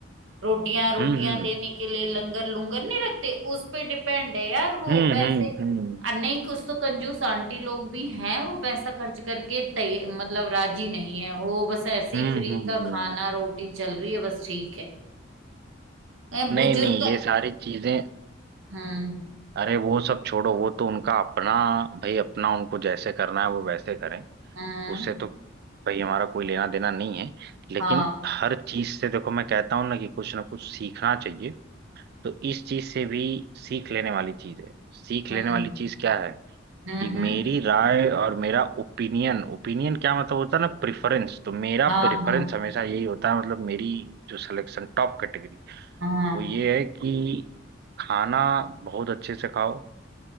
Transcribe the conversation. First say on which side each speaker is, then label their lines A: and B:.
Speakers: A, on the right; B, on the right.
A: रोटियां रोटियां
B: हम्म हम्म
A: देने के लिए लंगर लुंगर नहीं रखते उस पे डिपेंड है यार वो
B: हम्म
A: पैसे
B: हम्म हम्म
A: और नहीं कुछ तो कंजूस आंटी लोग भी हैं वो पैसा खर्च करके तय मतलब राजी नहीं है वो बस ऐसे
B: हम्म
A: ही फ्री
B: हम्म
A: का खाना
B: हम्म।
A: रोटी चल रही है बस ठीक है ए,
B: नहीं
A: बुजुर्ग
B: नहीं ये सारी चीजें
A: हम्म
B: अरे वो सब छोड़ो वो तो उनका अपना भाई अपना उनको जैसे करना है वो वैसे करें
A: हम्म
B: उससे तो भाई हमारा कोई लेना देना नहीं है लेकिन
A: हाँ
B: हर चीज से देखो मैं कहता हूँ ना कि कुछ ना कुछ सीखना चाहिए तो इस चीज से भी सीख लेने वाली चीज है सीख
A: हम्म
B: लेने वाली चीज क्या है
A: हम्म
B: कि मेरी
A: हम्म,
B: राय और मेरा ओपिनियन ओपिनियन क्या मतलब होता है ना प्रेफरेंस तो मेरा
A: हाँ
B: प्रेफरेंस
A: हाँ
B: हमेशा यही होता है मतलब मेरी जो सिलेक्शन टॉप कैटेगरी
A: हाँ
B: वो ये है कि खाना बहुत अच्छे से खाओ